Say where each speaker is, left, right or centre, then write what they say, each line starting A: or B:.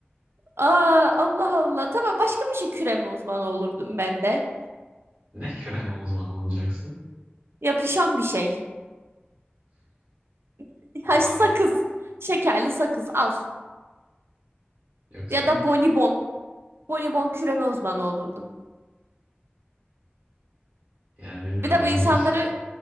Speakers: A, on the right; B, on the right.
A: Aa, Allah Allah. Tamam başka bir şey küreme uzmanı olurdum ben de.
B: Ne küreme uzmanı olacaksın?
A: Yapışan bir şey. <laughs>
B: Allah'ım.
A: Ha, sakız. Şekerli sakız al.
B: Yok sen
A: Ya da bonibon. Bonibon küreme uzmanı olurdum.
B: yani bilmiyorum
A: Bir de
B: ilginç.
A: bu insanları